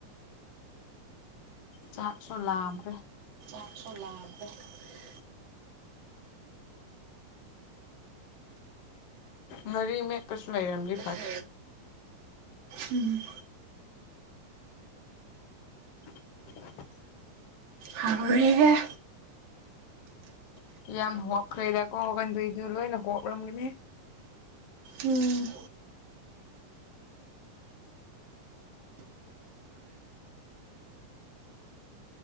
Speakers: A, on the left; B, on the right.
A: ꯆꯥꯛꯁꯨ ꯂꯥꯝꯃꯦ
B: <unintelligible>
A: ꯃꯔꯦꯛ ꯃꯦꯠꯄꯁꯨ ꯂꯩꯏꯔꯝꯗꯦ
B: <unintelligible> ꯎꯝ
A: <inaudible>
B: ꯍꯥꯎꯔꯦꯍꯦ
A: <unintelligible>
B: ꯎꯝ